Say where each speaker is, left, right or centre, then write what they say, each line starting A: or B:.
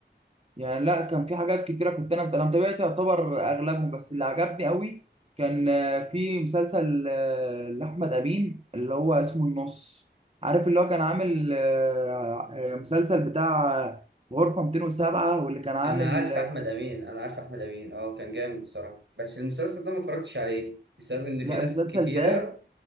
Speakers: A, on the right; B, on the right.
A: يعني لا كان في حاجات كتيرة كنت أنا أنا متابعت يعتبر أغلبهم بس اللي عجبني قوي كان آه، في مسلسل آه، لأحمد أمين اللي هو اسمه النص عارف اللي هو كان عامل آه، آه، مسلسل بتاع غرفة 207 واللي كان عامل
B: أنا عارف
A: آه،
B: أحمد أمين أنا عارف أحمد أمين اه كان جامد الصراحة بس المسلسل ده ما اتفرجتش عليه بسبب إن في
A: لا
B: ناس
A: المسلسل
B: كتيرة
A: ده